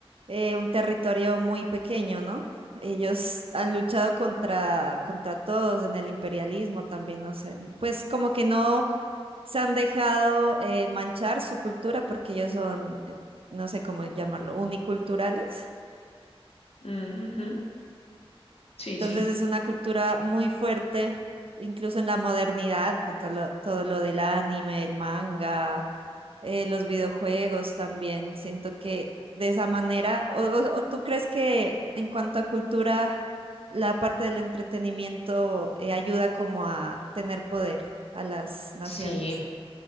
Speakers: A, on the right; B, on the left.
A: eh, un territorio muy pequeño, ¿no? Ellos han luchado contra, contra todos en el imperialismo también, no sé, pues como que no se han dejado eh, manchar su cultura porque ellos son, eh, no sé cómo llamarlo, uniculturales.
B: Mm, ujú, Sí,
A: Entonces
B: sí.
A: es una cultura muy fuerte, incluso en la modernidad, con todo lo, todo lo del anime, el manga, eh, los videojuegos también. Siento que de esa manera, o, o- o tú crees que en cuanto a cultura, la parte del entretenimiento eh, ayuda como a tener poder a las naciones?
B: Sí,